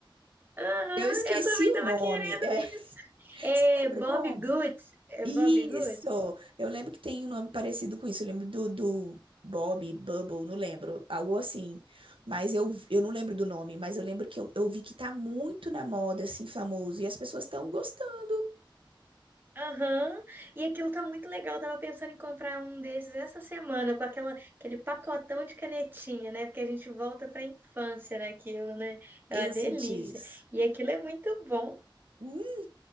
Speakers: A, on the right (about 25°); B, on the right (about 90°).
A: Aham,
B: Eu esqueci
A: eu também
B: o
A: tava
B: nome.
A: querendo
B: É,
A: isso.
B: <laughs>
A: É
B: você lembra
A: Bob
B: o nome?
A: Good é
B: Isso!
A: Bob Good
B: Eu lembro que tem um nome parecido com isso. Eu lembro do, do Bob, Bubble, não lembro. Algo assim. Mas eu, eu não lembro do nome, mas eu lembro que eu, eu vi que tá muito na moda, assim, famoso. E as pessoas estão gostando.
A: Aham, e aquilo tá muito legal. Eu tava pensando em comprar um desses essa semana, com aquela, aquele pacotão de canetinha, né? Porque a gente volta pra infância naquilo, né? É
B: Eu
A: uma delícia.
B: senti isso.
A: E aquilo é muito bom.
B: Hum,